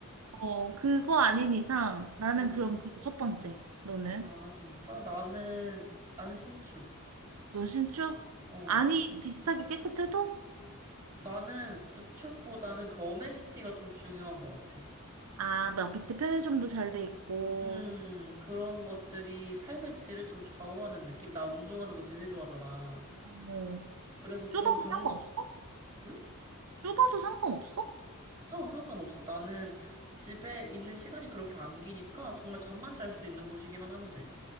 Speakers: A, on the right; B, on the right.
A: 어, 그거 아닌 이상 나는
B: 응.
A: 그럼 그게 첫 번째. 너는?
B: 아 진짜? 나는 난 신축.
A: 넌 신축?
B: 어.
A: 안이 비슷하게 깨끗해도?
B: 나는 구축보다는 그 어메니티가 좀 중요한 것 같아.
A: 아, 막 밑에 편의점도 잘 돼 있고.
B: 음, 그런 것들이 삶의 질을 좀 좌우하는 느낌. 나 운동하는 거 되게 좋아하잖아.
A: 어,
B: 그래서
A: 좁아도
B: 좀 밤,
A: 상관없어?
B: 응?
A: 좁아도 상관없어?
B: 어, 상관없어. 나는 집에 있는 시간이 그렇게 안 기니까 정말 잠만 잘 수 있는 곳이기만 하면 돼.